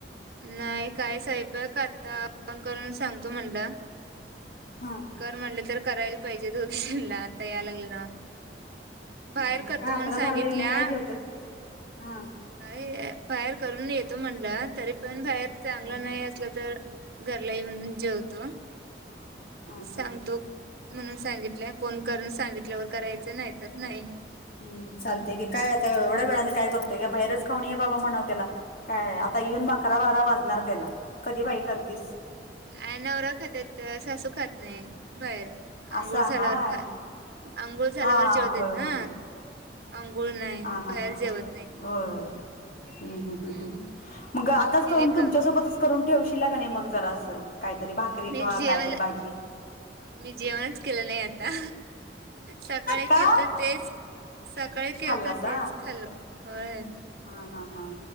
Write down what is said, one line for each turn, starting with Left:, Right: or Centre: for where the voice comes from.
Right: नाही काय साहेब आहे का आता फोन करून सांगतो म्हणलं.
Left: हा
Right: कर म्हटले तर करायला पाहिजे दोघी जणला आता याय लागलं ना. बाहेर
Left: हा हा
Right: करतो
Left: काय
Right: म्हणून
Left: अकरा
Right: सांगितल्या
Left: बाराला येऊन काय जेवतात हा
Right: काय बाहेर करून येतो म्हटलं तरी पण बाहेर चांगलं
Left: हा
Right: नाही असलं तर घरला येऊन जेवतो.
Left: हा हा
Right: सांगतो म्हणून सांगितलंय फोन करून सांगितल्यावर करायचं नाही तर नाही.
Left: हम् चालतेय की काय आता एवढ्या वेळाने काय करतोय का बाहेरच खाऊणीये बाबा म्हणाव त्याला काय आता येऊन अकरा बारा वाजणार त्याला कधी बाई करतेस.
Right: अ नवरा खातात तर सासू खात नाही बाहेर
Left: असं
Right: आंघोळ झाल्यावर
Left: हाय
Right: खा अंघोळ झाल्यावर
Left: हा
Right: जेवतेेत
Left: होय
Right: ना.
Left: होय होय होय
Right: आंघोळ नाही
Left: हा हा
Right: बाहेर
Left: हा
Right: जेवत
Left: हा हो.
Right: नाही
Left: ह्
Right: हम्म
Left: ह् मग आताच
Right: याने
Left: करून
Right: का
Left: तुमच्या सोबतच करून ठेवशील का नाही मग जरा असं काहीतरी भाकरी
Right: मी
Left: किंवा
Right: जेवण
Left: कायतरी भाजी
Right: मी जेवणच केलं नाही आता सकाळी
Left: का
Right: केलं तर तेच सकाळी केलं
Left: खाल्लासा
Right: तर तेच खाल हय
Left: हा हा हा.